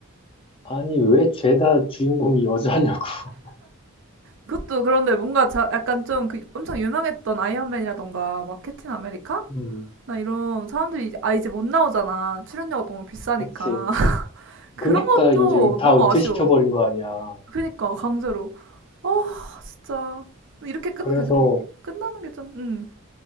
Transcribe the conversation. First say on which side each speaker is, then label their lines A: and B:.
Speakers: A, on the left (about 25°); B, on the right (about 60°).
A: 아니, 왜 죄다 주인공이 여자냐고. <laughs>
B: 그것도 그런데 뭔가 자, 약간 좀 그 엄청 유명했던 아이언맨이라던가 막 캡틴 아메리카?
A: 음,
B: 나 이런 사람들이 이제- 아 이제 못 나오잖아. 출연료가 너무 비싸니까.
A: 그치.
B: <laughs> 그런
A: 그니까
B: 것도
A: 이제 다
B: 너무
A: 은퇴시켜버린
B: 아쉬워.
A: 거 아니야.
B: 그니까 강제로. 아 진짜 이렇게 끝
A: 그래서,
B: 그- 그- 끝나는 게 좀. 응,